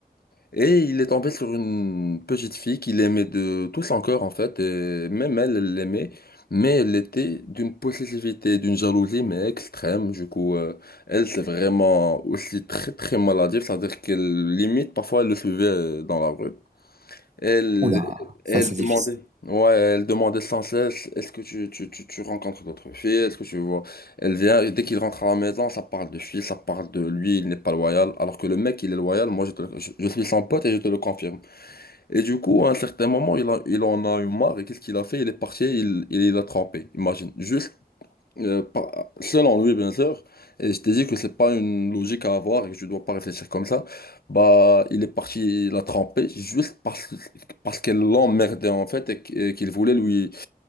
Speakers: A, on the left (about 80°); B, on the right (about 50°).
A: Et il est tombé sur une petite fille qu'il aimait de tout son cœur, en fait, et même elle, elle l'aimait, mais elle était d'une possessivité, d'une jalousie, mais extrême. Du coup, euh, elle, c'est vraiment aussi très, très maladive, c'est-à-dire qu'elle limite, parfois, elle le suivait euh, dans la rue. Elle,
B: Oula, ça
A: elle
B: c'est difficile.
A: demandait, ouais, elle demandait sans cesse, est-ce que tu, tu, tu, tu rencontres d'autres filles, est-ce que tu vois. Elle vient, et dès qu'il rentre à la maison, ça parle de filles, ça parle de lui, il n'est pas loyal. Alors que le mec, il est loyal, moi, je, te le- je, je suis son pote et je te le confirme. Et du coup, à un certain moment, il, a- il en a eu marre, et qu'est-ce qu'il a fait? Il est parti, il, il, l'a trompé, imagine. Juste euh, pas- selon lui, bien sûr, et je t'ai dit que c'est pas une logique à avoir et que je dois pas réfléchir comme ça, bah, il est parti la tremper juste parce, parce qu'elle l'emmerdait en fait et qu'- et qu'il voulait lui,